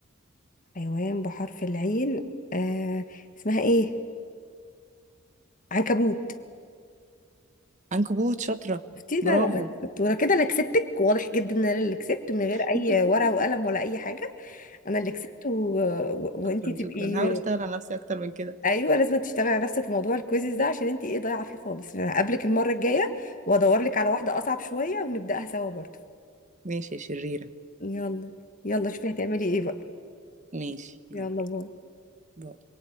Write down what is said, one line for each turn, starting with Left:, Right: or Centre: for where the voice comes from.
Left: حيوان بحرف العين آه اسمها ايه عنكبوت
Right: عنكبوت شاطرة
Left: شفتي لا
Right: برافو
Left: لا لا، شطورة كده انا كسبتك واضح جدا ان انا اللي كسبت من غير اي
Right: <laughs>
Left: ورقة وقلم ولا اي حاجة انا اللي كسبت و... و... وانتي
Right: شكرا
Left: تبقي
Right: شكرا هحاول اشتغل على نفسي اكتر من كده
Left: ايوه لازم تشتغلي على نفسك في موضوع الكويزز ده عشان انتي ايه ضايعة فيه خالص انا هقابلك المرة الجاية وادور لك على واحدة اصعب شوية ونبدأها سوا برضو
Right: ماشي يا شريرة
Left: يلا يلا شوفي هتعملي ايه بقى
Right: ماشي يلا
Left: يلا باي
Right: باي